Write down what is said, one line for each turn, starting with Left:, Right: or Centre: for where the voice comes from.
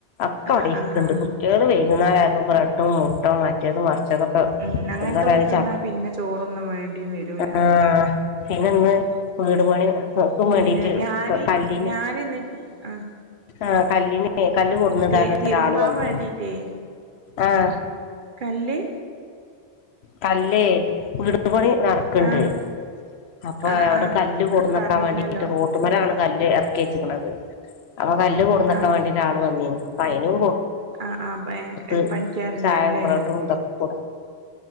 Left: അവിടെണ്ട്
Right: ആഹ് ആഹ്
Left: കുട്ടികൾ വൈകുന്നായപ്പോ ബ്രെഡും മുട്ടയും മറ്റേത് മറച്ചൊക്ക
Right: ഉം അങ്ങനത്തൊക്കെ
Left: എന്ത കണിച്ച
Right: തിന്നാ പിന്നെ ചോറൊന്നും വേണ്ടിയും വരൂല
Left: ആഹ് പിന്ന ഇന്ന് വീട് പണി നോക്കും
Right: പിന്നെ
Left: വേണ്ടീട്ട്
Right: ഞാന്
Left: കല്ലിന്
Right: ഞാന് എന്നിട്ട് ആഹ്
Left: ആ കല്ലിന് കല്ല്ടു വാന്
Right: തി തിരുമ്പാൻ
Left: ഒരാള് വന്നിനു
Right: വേണ്ടീട്ടേ
Left: ആഹ്
Right: കല്ല്
Left: കല്ലേ വിടുപണി നടക്ക ണ്ട്
Right: ആഹ്
Left: അപ്പൊ
Right: ആഹ്
Left: അവിടെ
Right: ആഹ്
Left: കല്ല് കൊടുന്നു
Right: പറഞ്ഞീനല്ലോ
Left: വക്കാൻ വേണ്ടിട്ട് റോ ട്ടുമ്മരാണ് കല്ല് ഇറക്കിച്ചക്കുന്നത് അപ്പ കല്ല് കൊടുന്നക്കൻ
Right: ആഹ്
Left: വേണ്ടിട്ടാണ് ആ ള് വന്നീ നു പ അയിനു പോ
Right: ആഹ് ആഹ് പ
Left: ഇ
Right: പണിക്കാരുണ്ടായിരുന്നുല്ലേ
Left: ചായ ബ്രഡും ഇതൊക്കെ കൂ